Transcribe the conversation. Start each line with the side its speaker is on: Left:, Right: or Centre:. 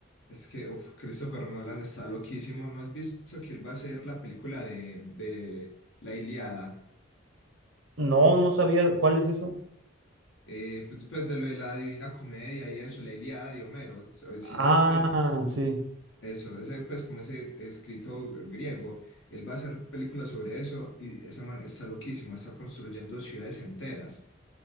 Left: Es que, uf, Christopher Nolan está loquísimo. ¿No has visto que él va a hacer la película de, de La Ilíada?
Right: No, no sabía cuál es eso.
Left: Eh, pues, pues, de lo de la Divina Comedia y eso, la Ilíada de Homero, eso, si
Right: Ah,
Left: sabes que
Right: sí.
Left: eso, ese pues como ese escrito griego, él va a hacer películas sobre eso y ese man está loquísimo, está construyendo ciudades enteras,